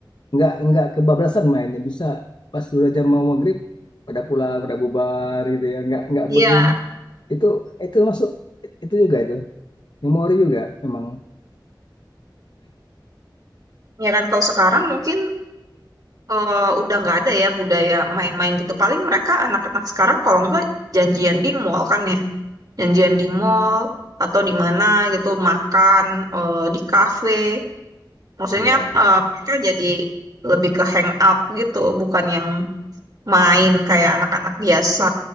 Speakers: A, on the left; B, on the right.
A: nggak nggak kebablasan mainnya bisa pas udah jam mau maghrib pada pulang pada bubar gitu ya nggak nggak
B: Iya,
A: berlin itu itu masuk itu juga itu memori juga emang
B: ya kan kalau sekarang mungkin eh, udah nggak ada ya budaya main-main gitu. Paling mereka anak-anak sekarang kalau nggak janjian di mall kan ya, janjian di mall atau di mana gitu makan eh, di kafe. Maksudnya
A: iya
B: eh, mereka jadi lebih ke hang out gitu, bukan yang main kayak anak-anak biasa